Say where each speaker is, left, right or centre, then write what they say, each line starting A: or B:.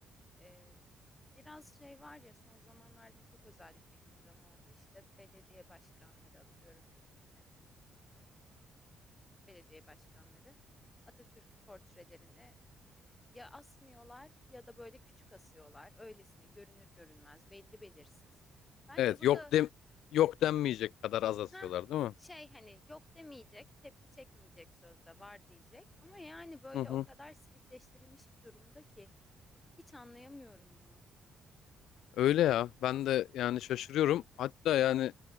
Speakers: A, on the left; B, on the left.
A: Ee, biraz şey var ya son zamanlarda çok özellikle gündem oldu. İşte belediye başkanları atıyorum hükümetin e, belediye başkanları Atatürk portrelerini e, ya asmıyorlar ya da böyle küçük asıyorlar. Öylesine görünür görünmez, belli belirsiz. Bence
B: Evet
A: bu
B: yok
A: da
B: dem yok denmeyecek kadar az asıyorlar
A: heh,
B: değil mi?
A: şey hani yok demeyecek, tepki çekmeyecek sözde var diyecek. Ama yani böyle
B: Hı hı.
A: o kadar silikleştirilmiş bir durumda ki. Hiç anlayamıyorum bunu.
B: Öyle ya. Ben de yani şaşırıyorum. Hatta yani